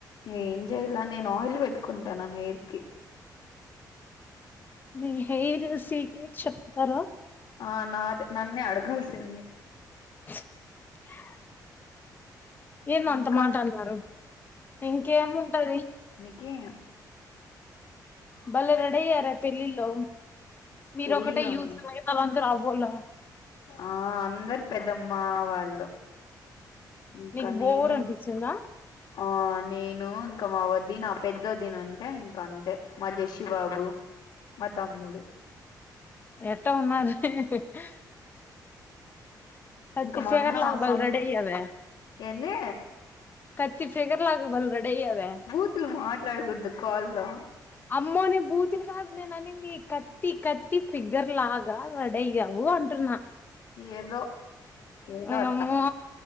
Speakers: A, on the left; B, on the left.
A: ఏం చేయలా నేను ఆయిల్ పెట్టుకుంటాను హెయిర్ కి
B: నీ సీక్రెట్ చెప్తార
A: ఆ నాద నన్నే అడగాల్సింది
B: <unintelligible> ఏ ఏం అంత
A: ఇంకా
B: మాట అన్నారు ఇంకేం ఉంటది
A: కి
B: భలే రడైయార పెళ్లిలో మీరు
A: పెళ్ళిలోను
B: ఒకటే యూత్ అలందర్ అవ్ బోల
A: ఆ అందరు పెద్దమ్మ వాళ్ళు ఇంకా
B: నీకు బోర్
A: నేను
B: అనిపించిందా
A: ఆ నేన్ ఊ ఇంకా మావదిన పెద్దోదిన్ ఉంటే ఇంకా అంతే మా జషీ బాబు మా తమ్ముడు
B: ఎత్తో ఉన్నాది <unintelligible> కత్తిఫిగర్లా
A: ఇంకా మా అన్న
B: బల్
A: సొం
B: రెడైయావే
A: ఏంది
B: కత్తిఫిగర్లా బల రెడైయావే
A: బూతులు మాట్లాడకూడదు కాల్లో
B: అమ్మోని బూతిని కాదు నేన్ అని నీ కత్తి కత్తి ఫిగర్లాగా రడయావో అంటున్నా
A: ఏదో ఏదో
B: ఓయమ్మో
A: అట్టా